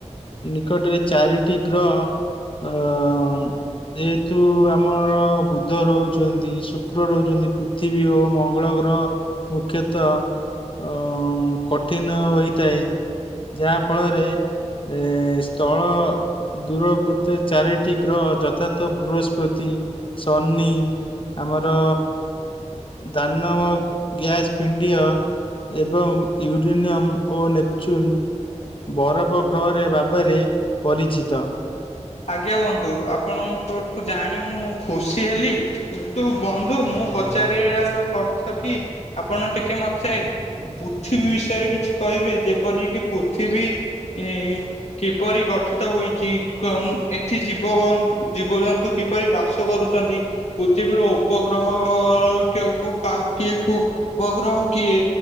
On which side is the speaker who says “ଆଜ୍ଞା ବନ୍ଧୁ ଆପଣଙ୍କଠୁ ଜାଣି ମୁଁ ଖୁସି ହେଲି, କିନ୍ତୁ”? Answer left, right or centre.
Left